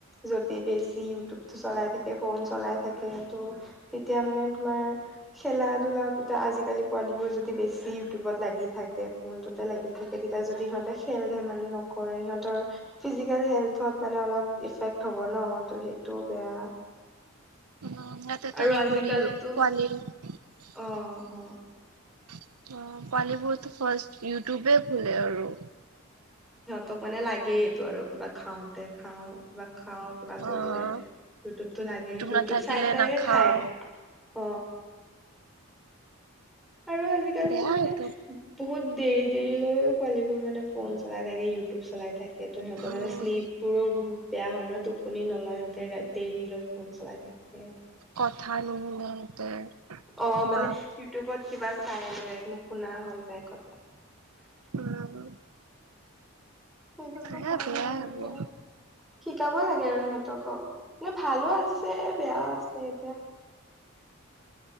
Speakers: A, in the centre; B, on the right (about 85°).
A: যত বছি ইউটিবতটো চলাই থাকে ফোন চলাই থাকে ত তেতিয়া মানে তোমাৰ খেলা ধূলা এ আজিকালি প যদি বেছি ইউটিউবত লাগি থাকে ফোনটোতে লাগি থাকে তেতিয়া যদি সিহতে খেল ধেমালি নকৰে সিহতৰ ফিজিকেল হেল্থত মানে অলপ ইফেক্ট হ'ব ন সেইটো বেয়া।
B: উম সৰু
A: আৰু আজিকালিতো
B: পোৱালি অ কোৱালী
A: অ অ
B: <inaudible> বোৰতো ফাৰ্ষট ইউটিউব খোলে আৰু
A: ক মানে লাগেইটো আৰু কিবা খাওঁতে খাওঁ কিবা খাওঁ কিবা কৰিলে
B: অ'
A: ইউটিউবতটো লাগে ইউটিউব
B: নাথাকিলে
A: চাই চাইয়ে
B: নাখাও
A: খায় অ আৰু আজিকালি
B: বেয়া
A: টো মানে
B: এইটো
A: বহুত দেৰি দেৰি লৈয়ও পোৱালী বোৰ মানে ফোন চলাই থাকে ইউটিউব চলাই থাকে তো সিহঁত
B: উম
A: মানে শ্লিপবোৰো বেয়া হয় ন টোপনি নধৰে আমাৰসিহঁতে দেৰি লৈ ফোন চলাই থাকে
B: কথা নুশুনে সিহঁতে
A: অ মানে
B: মাক
A: ইউটিউবত কিবা চাই লৈ নু শুনা হৈ যায় কথা
B: উম
A: সেইটোতো
B: বেয়া
A: হয়
B: বেয়া
A: বাৰু
B: এইবোৰ
A: এতিয়া শিকাব লাগে আৰু সিহঁত অ ক ভালো আছে বেয়াও আছে এতিয়া